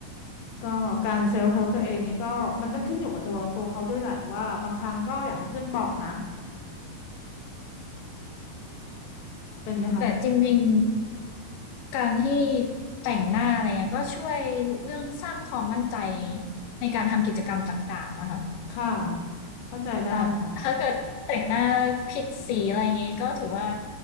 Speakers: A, on the left (about 70°); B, on the left (about 90°).
A: ก็การเซลฟ์เฮลป์ตัวเองนี้ก็มันต้องขึ้นอยู่กับตัวตัวเขาด้วยแหละว่าบางครั้งก็อยากให้เพื่อนบอกนะเป็นไหมคะ
B: แต่จริงๆการที่แต่งหน้าอะไรเงี้ยก็ช่วยเรื่องสร้างความมั่นใจในการทำกิจกรรมต่างๆนะคะ
A: ค่ะเข้าใจได้ค่ะ
B: แต่ถ้าเกิดแต่งหน้าผิดสีอะไรอย่างนี้ก็ถือว่า